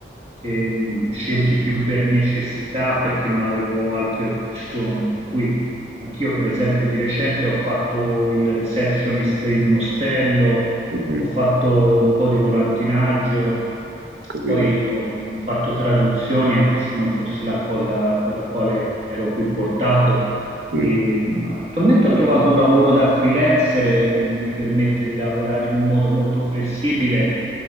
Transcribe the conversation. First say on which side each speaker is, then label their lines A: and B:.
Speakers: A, on the right (about 35°); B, on the right (about 75°).
A: che mh, scelti più per necessità, perché non avevo altre opzioni. Per cui anch'io, per esempio, di recente ho fatto il receptionist in un ostello
B: mhm,
A: ho fatto un po' di volantinaggio,
B: ho capito.
A: poi ho mh, fatto traduzioni, anche se non fosse la cosa per la quale ero più portato.
B: Mm,
A: E, mh, attualmente ho trovato un lavoro da freelancer eh, che mi permette di lavorare in un modo molto flessibile